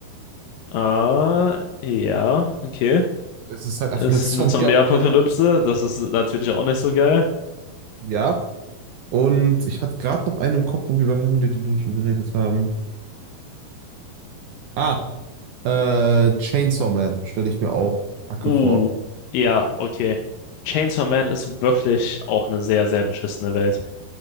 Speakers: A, on the left; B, on the right.
A: Äh, ja, okay.
B: Es ist halt einfach
A: Ist
B: eine <laughs> Zombie-Apokalypse.
A: eine Zombie-Apokalypse, das ist natürlich auch nicht so geil.
B: Ja. Und ich hatte gerade noch einen im Kopf, wo wir über Heavenly Delusion geredet haben. Ah, äh, Chainsaw Man stelle ich mir auch Hacke
A: Uh,
B: vor.
A: ja, okay. Chainsaw Man ist wirklich auch eine sehr, sehr beschissene Welt.